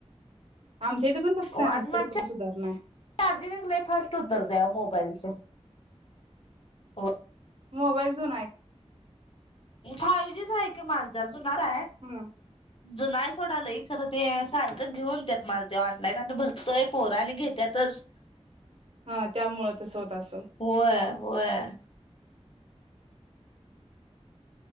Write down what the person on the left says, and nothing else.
हो
आणि
म
चा
चार्जिंगच लई फास्ट उतरते आहो मोबाईलचे. जा.. होय.
फाय जीच आहे की माझा. घर आहे?
ज नाही सोडालाय इचारलं ते सारखं घेऊन त्यात माझ ते ऑनलाईन आणि भरतोय पोरा आणि घेत्यातच.
होय. वय